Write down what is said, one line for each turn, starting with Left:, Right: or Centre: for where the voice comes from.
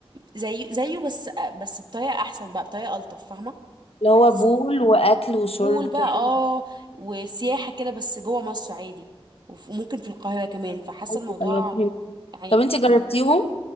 Right: زي زيه بس بس بطريقة أحسن بقى بطريقة ألطف فاهمة
Left: اللي
Right: بحس
Left: هو بول واكل وشرب
Right: بول
Left: كأنه
Right: بقى اه وسياحة كده بس جوه مصر عادي وف- وممكن في القاهرة كمان فحاسة
Left: حاجة-
Right: الموضوع
Left: أيوة، فهمت.
Right: يعني
Left: طب انت جربتيهم